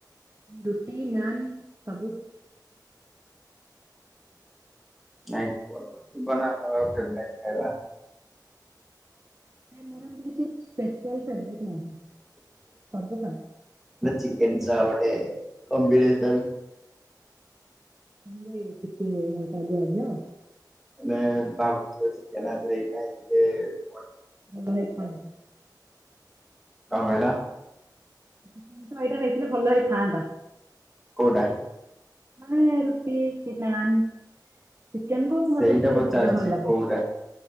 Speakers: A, on the right (about 35°); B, in the centre.
A: ଦୁଟି ନାନ୍ ସବୁ।
B: ନାଇଁ <inaudible> ଖାଇବା।
A: ନାଇଁ ମୋର ଏମିତି କିଛି ସ୍ପେସିଆଲ ଫେବ୍ରେଟ ନାଇଁ ସବୁ ଖାଇ।
B: ଚିକେନ ଚା ଗୋଟେ କମ୍ବିନେସନ୍।
A: <inaudible>
B: ମାନେ ଭାବୁଛ ଚିକେନ୍ ଆ ଦିହରେ ଟିକେ ହେଇଥାଏ ଟିକେ।
A: ଏ ଭାଇ ଥାଉ
B: କଣ କହିଲ?
A: ଜିନିଷ ଭାଇଟା ହେଇଥିଲେ ଭଲ ହେଇଥାନ୍ତା।
B: କୋଉଟା?
A: ମାନେ ରୁଟିି କି ନାନ୍? ଚିକେନକୁ
B: ସେଇଟା
A: ମତେ ଟିକେ
B: ପଚାରୁଛି
A: ରୁଟିଟା ଭଲ ଲାଗେ
B: କୋଉଟା